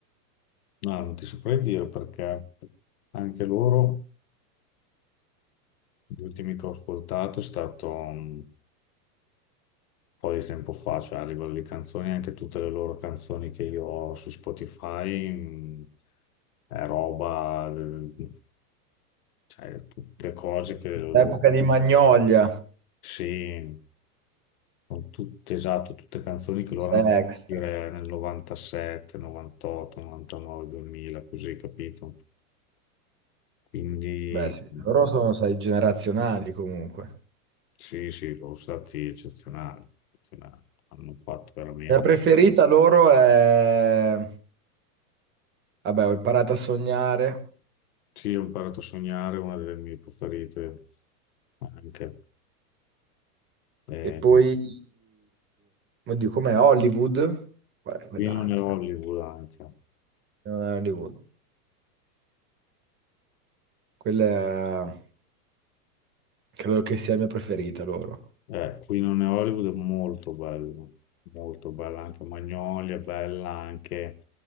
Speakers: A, on the left (about 65°); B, on the right (about 25°).
A: no, non ti saprei dire perché anche loro, gli ultimi che ho ascoltato è stato... mm, po' di tempo fa, cioè a livello di canzoni, anche tutte le loro canzoni che io ho su Spotify, mh, è roba, eh, cioè tutte cose che loro-
B: L'epoca di Magnolia.
A: sì, sono tutte, esatto, tutte canzoni che loro hanno
B: Sex.
A: fatto uscire nel 97, 98, 99, 2000, così, capito? Quindi
B: Beh, sì.
A: mh,
B: Loro sono, sai, generazionali comunque.
A: sì, sì, sono stati eccezionali, eccezionali. Hanno fatto veramente...
B: La preferita loro è... Vabbè, ho imparato a sognare.
A: Sì, ho imparato a sognare, una delle mie preferite anche. Eh,
B: E poi... Oddio, com'è? Hollywood? Qual è quell'altra?
A: qui non è Hollywood anche.
B: Non è Hollywood. Quella è- credo che sia la mia preferita loro.
A: Eh, qui non è Hollywood è molto bello, molto bella anche Magnolia, è bella anche